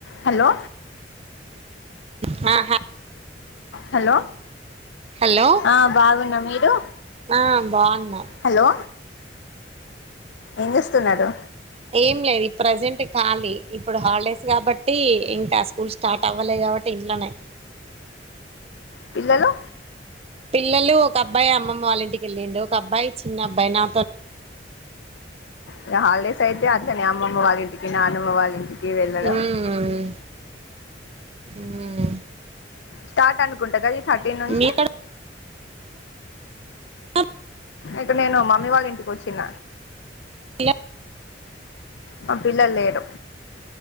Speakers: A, on the left; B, on the right.
A: హలో
B: మ్ ఆ హా
A: హలో
B: హలో
A: ఆ బాగున్న మీరు
B: ఆ బాగున్నా
A: హలో ఏం చేస్తున్నారు
B: ఏం లేదు ప్రజెంట్ కాలీ ఇప్పుడు హాల్డేస్ కాబట్టి ఇంకా స్కూల్ స్టార్ట్ అవ్వలే కావట్టి ఇన్లనే
A: పిల్లలు
B: పిల్లలు ఒక అబ్బాయి అమ్మమ్మ వాళ్ళ ఇంటికి వెళ్ళిండి ఒక అబ్బాయి చిన్న అబ్బాయి నా
A: ఇగ హాలిడేస్ అయితే అట్లనే అమ్మమ్మ వాళ్ళింటికి నానమ్మ వాళ్ళింటిక్ కి వెళ్ళడం
B: ఉమ్ ఉమ్
A: స్టార్ట్ అనుకుంటగా ఈ థర్టీన్ నుంచి
B: మీక్కడ కన్
A: ఇక్కడ నేను మమ్మీ వాళ్ళింటికొచ్చిన
B: ఇగ
A: మాక్ పిల్లల్ లేరు